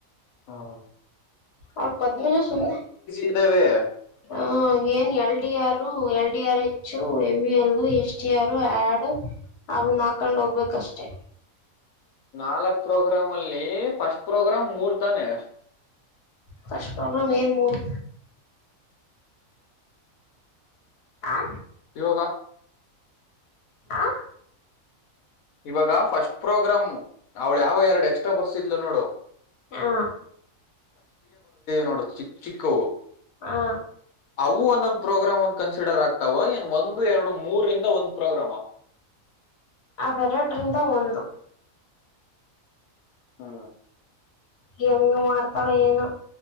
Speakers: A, on the left; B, on the left.
A: ಹಾ ಹೌದು
B: ಅವ ಪದ್ಮಜ ಸುಮ್ನೆ
A: ಇದ್ದಾವೆ
B: ಹ ಏನ್ ಎಲ್ಡಿ ಯಾರು L D R H M L S T R ಆಡು ನವುನ್ ಹಾಕೊಂಡ ಹೋಗ್ಬೇಕಷ್ಟೇ
A: ನಾಲ್ಕ್ ಪ್ರೋಗ್ರಾಮ್ ಅಲ್ಲಿ ಫಸ್ಟ್ ಪ್ರೋಗ್ರಾಮ್ ಮೂರ್ ತಾನೇ
B: ಫಶ ಪ್ರಬ್ಲ್ ಏನ್ ಮೂರು ಆ
A: ಇವೋಗ
B: ಆ
A: ಇವಾಗ ಫಸ್ಟ್ ಪ್ರೋಗ್ರಾಮ್ ಅವ್ಳ ಯಾವ ಎರಡು ಎಕ್ಸ್ಟ್ರಾ ಬರ್ಸಿದ್ಲು ನೋಡು
B: ಹಾ
A: ನೋಡ ಚಿಕ್ಕ ಚಿಕ್ಕ
B: ಹ
A: ಅವು ಒಂದೊಂದು ಪ್ರೋಗ್ರಾಮ್ ಒಂದು ಕನ್ಸಿಡರ್ ಆಗ್ತಾವ ಏನ್ ಒಂದು ಎರಡು ಮೂರರಿಂದ ಒಂದ್ ಪ್ರೋಗ್ರಾಮ
B: ಅವೆರಡರಿಂದ ಒಂದು
A: ಹ್ಮ
B: ಹೆಂಗ ಮಾಡ್ತಳ ಏನು